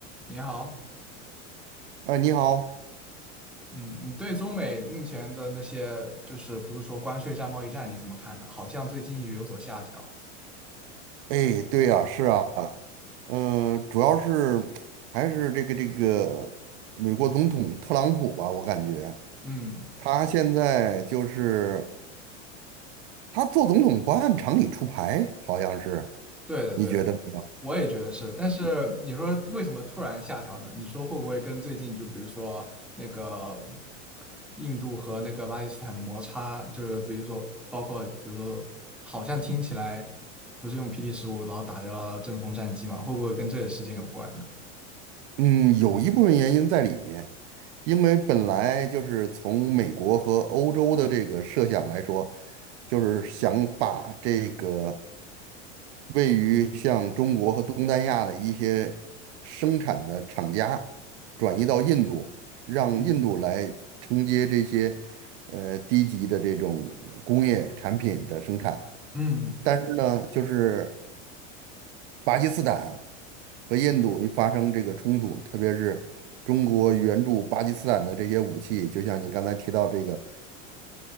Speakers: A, in the centre; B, on the right (about 65°).
A: 你好，
B: 哎，你好，
A: 嗯，你对中美目前的那些，就是不是说关税战、贸易战，你怎么看呢？好像最近也有所下调。
B: 哎，对呀，是啊，嗯，主要是还是这个这个美国总统特朗普吧，我感觉
A: 嗯，
B: 他现在就是他做总统不按常理出牌，好像是，
A: 对的，
B: 你觉得呢？
A: 对的，我也觉得是。但是你说为什么突然下调呢？你说会不会跟最近就比如说那个印度和那个巴基斯坦的摩擦，就是比如说包括比如说，好像听起来不是用 PD 十五，然后打掉了阵风战机嘛？会不会跟这个事件有关呢？
B: 嗯，有一部分原因在里面，因为本来就是从美国和欧洲的这个设想来说，就是想把这个位于像中国和东南亚的一些生产的厂家转移到印度，让印度来承接这些
A: 嗯，
B: 呃低级的这种工业产品的生产。
A: 嗯，
B: 但是呢，就是巴基斯坦和印度一发生这个冲突，特别是中国援助巴基斯坦的这些武器，就像你刚才提到这个